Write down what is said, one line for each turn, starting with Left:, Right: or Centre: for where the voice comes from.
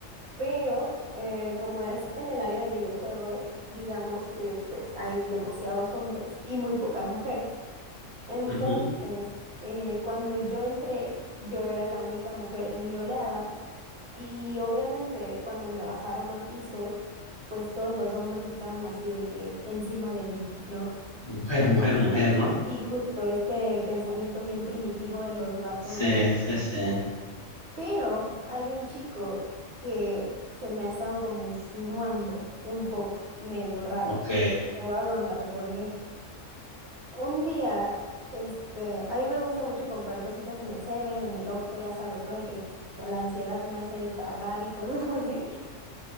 Right: pero eh, como es en el área de videojuegos, digamos que pues hay demasiados hombres y muy pocas mujeres. Entonces,
Left: Ujú.
Right: eh, cuando yo entré, yo era la única mujer de mi oleada Y obviamente cuando me bajaron a piso, pues todos los hombres estaban así de que encima de mí, ¿no?
Left: Mujer, mujer, mujer, ¿no?
Right: Y justo este pensamiento bien primitivo de los vatos,
Left: Sí,
Right: no.
Left: sí, sí.
Right: Pero hay un chico que se me ha estado como insinuando un poco, medio raro.
Left: Ok,
Right: Te voy a contar por qué. Un día, este, a mí me gusta mucho comprar cositas en el Seven, en el Oxxo, ya sabes, ¿no? De que la ansiedad me hace tragar y cosas <laughs> así.